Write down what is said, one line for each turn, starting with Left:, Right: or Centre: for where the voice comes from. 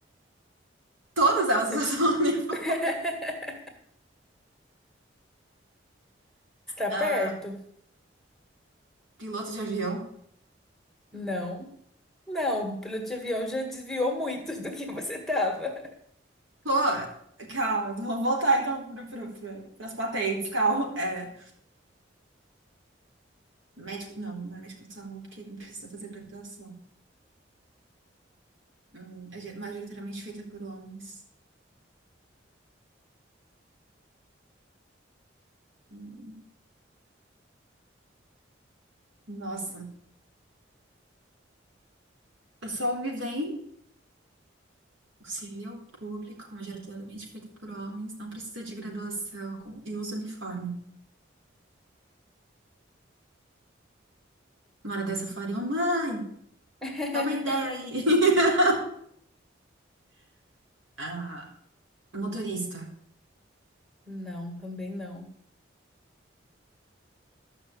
Right: Todas elas
Centre: Você
Right: <laughs> usam uniforme.
Centre: <laughs> está
Right: Ah,
Centre: perto?
Right: piloto de avião.
Centre: Não. Não, o piloto de avião já desviou muito do que você estava.
Right: Pô, calma, vamos voltar então para as patentes, calma. É, Médico, não, não é médico do SAMU, porque não precisa fazer graduação. Hum, é ge- majoritariamente feita por homens. Hum, nossa, só me vem o civil público, majoritariamente feita por homens, não precisa de graduação e usa uniforme. Uma hora dessa eu falaria, ô mãe,
Centre: <laughs>
Right: dá uma ideia aí. <laughs> Ah, motorista.
Centre: Não, também não.